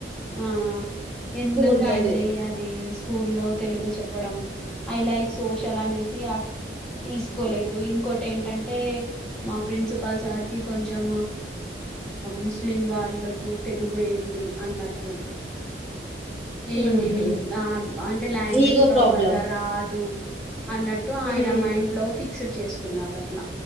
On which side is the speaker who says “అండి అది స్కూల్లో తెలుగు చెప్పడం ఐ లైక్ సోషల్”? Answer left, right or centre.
Centre